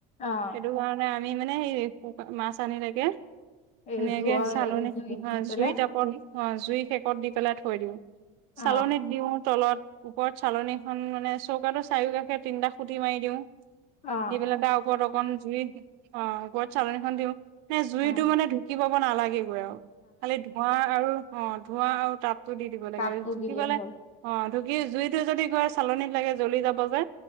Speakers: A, on the left; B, on the right.
A: অৱ।
B: সেইটো কাৰণে আমি মানে সেই মাছ আনিলেকে
A: এই
B: ধুনীয়াকে
A: জুইৰ
B: চালনী
A: জুইত দি পেলাই
B: জুই তাপত অৱ', জুই শেকত দি পেলাই থৈ দিওঁ।
A: অ
B: চালনীত দিওঁ তলত ওপৰত চালনীখন মানে চৌকাতো চাৰিওকাষে তিনিটা খুটি মাৰি দিওঁ।
A: অ
B: দি পেলাই তাৰ ওপৰত অকন জুই অ গৰত চালনীখন দিওঁ। নে জুইতটো
A: অ
B: মানে ঢুকি পাব নালাগেগৈ আৰু খালি ধোৱা আৰু অ ধোঁৱা আৰু তাপ। টো দি দিব
A: তাপটো
B: লাগে ঢুকি
A: দিলেই
B: পালে
A: হ'ল
B: অঁ ঢুকি জুইটো যদি গৈ চালনীত লাগে জ্বলি যাব যে